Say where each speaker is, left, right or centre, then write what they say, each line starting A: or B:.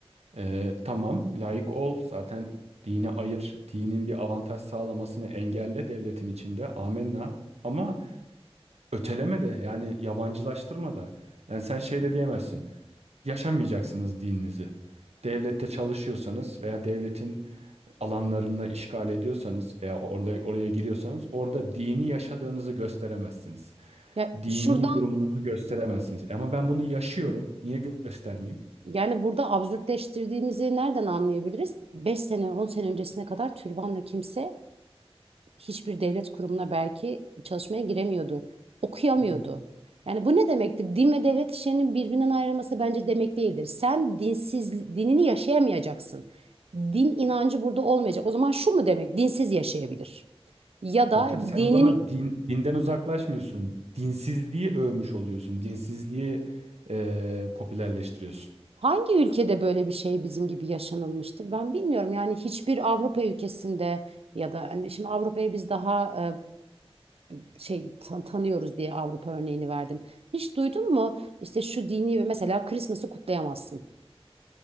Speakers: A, on the right; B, on the right.
A: Ee, tamam layık ol. Zaten dini ayır. Dinin bir avantaj sağlamasını engelle devletin içinde. Amenna. Ama öteleme de yani yabancılaştırma da. Yani sen şey de diyemezsin. Yaşamayacaksınız dininizi. Devlette çalışıyorsanız veya devletin alanlarına işgal ediyorsanız veya orada oraya giriyorsanız orada dini yaşadığınızı gösteremezsiniz.
B: Ya
A: Dini
B: şuradan
A: durumunuzu gösteremezsiniz. Ama ben bunu yaşıyorum. Niye gö- göstermeyeyim?
B: yani burada absürtleştirdiğimizi nereden anlayabiliriz? 5 sene 10 sene öncesine kadar türbanla kimse hiçbir devlet kurumuna belki çalışmaya giremiyordu. Okuyamıyordu.
A: Yani.
B: Yani bu ne demektir? Din ve devlet işlerinin birbirinden ayrılması bence demek değildir. Sen dinsiz, dinini yaşayamayacaksın. Din inancı burada olmayacak. O zaman şu mu demek? Dinsiz yaşayabilir. Ya
A: Tabii
B: da
A: tabii sen
B: dinini
A: o zaman din, dinden uzaklaşmıyorsun. Dinsizliği övmüş oluyorsun. Dinsizliği eee popülerleştiriyorsun.
B: hangi ülkede böyle bir şey bizim gibi yaşanılmıştır? Ben bilmiyorum. Yani hiçbir Avrupa ülkesinde ya da hani şimdi Avrupa'ya biz daha e, şey tan- tanıyoruz diye Avrupa örneğini verdim. Hiç duydun mu? İşte şu dini ve mesela Christmas'ı kutlayamazsın.